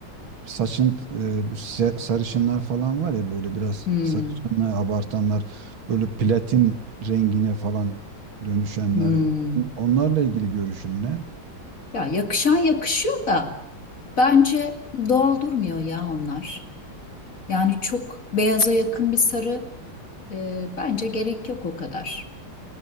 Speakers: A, on the right; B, on the left.
A: saçın eee, bu se- sarışınlar falan var ya böyle biraz
B: Hmm,
A: sarışınlığı abartanlar böyle platin rengine falan dönüşenler
B: hmm.
A: onlarla ilgili görüşün ne?
B: Ya yakışan yakışıyor da bence doğal durmuyor ya onlar. Yani çok beyaza yakın bir sarı E, bence gerek yok o kadar.